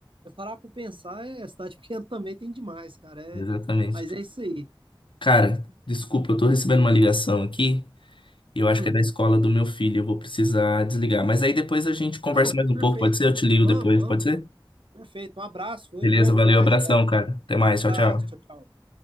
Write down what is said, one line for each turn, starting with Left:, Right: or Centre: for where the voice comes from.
Right: Se parar pra pensar, é, cidade <laughs> pequena também tem demais, cara. É,
Left: Exatamente.
Right: mas é isso aí.
Left: Cara, desculpa, eu tô recebendo uma ligação aqui. e Eu
Right: Hum,
Left: acho que é da escola do meu filho. Eu vou precisar desligar. Mas aí depois a gente conversa
Right: não,
Left: mais um
Right: perfeito.
Left: pouco, pode ser? Eu te ligo
Right: Vamos,
Left: depois,
Right: vamos.
Left: pode ser?
Right: Perfeito. Um abraço, foi
Left: Beleza,
Right: bom demais
Left: valeu, abração,
Right: falar.
Left: cara. Até mais,
Right: Abraço,
Left: tchau, tchau.
Right: tchau, tchau.